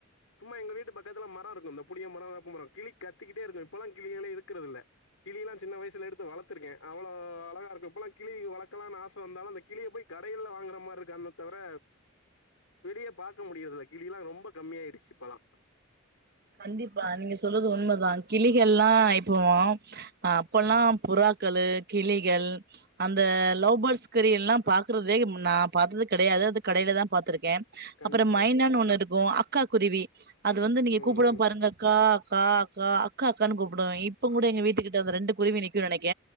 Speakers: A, on the left; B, on the right.
A: சும்மா எங்க வீட்டு பக்கத்துல மரம் இருக்கு அ இந்த புளிய மரோ, வேப்ப மரோ கிளி கத்திக்கிட்டே இருக்கு. இப்பல்லா கிளிகளே இருக்கிறது இல்ல கிளில்லா சின்ன வயசுல எடுத்து வளத்துர்க்க. அவ்ளோ அழகா இருக்கு இப்போல்லா கிளிக வளர்க்கலானு ஆச வந்தாலு அந்த கிளிய போய் கடையில்ல வாங்குற மாரி இருக்கு. அந்த தவிர வெளிய பாக்க முடியறதில கிளி எல்லா ரொம்ப கம்மியாயிடுச்சு இப்பலா
B: கண்டிப்பா நீங்க சொல்றது உண்மதா. கிளிகல்லா இப்போ அப்பல்லா புறாக்களு கிளிகள் அந்த லவ்பர்ட்ஸ் கறி எல்லா பாக்குறதே நா பாத்தது கெடையாது. அது கடையிலதா பாத்திருக்கே.
A: கண்டிப்பாங்க
B: அப்பறோ மைனான் ஒண்ணு இருக்கு க்காகுருவி அது வந்து
A: ம்
B: கூப்டுவோ
A: ம்
B: பாருங்க கா காக் கா அக்கா அக்கான்னு கூப்படுவ. இப்பங்கூட
A: அ
B: எங்க வீட்டுக்கிட்ட அத ரெண்டு குருவி நிக்கு நெனைக்க.